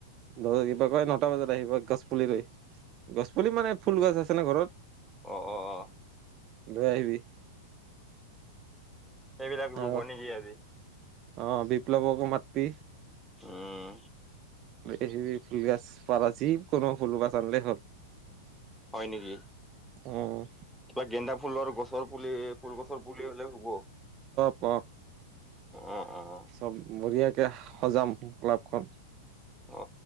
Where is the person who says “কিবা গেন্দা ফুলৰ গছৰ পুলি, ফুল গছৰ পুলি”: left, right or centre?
Centre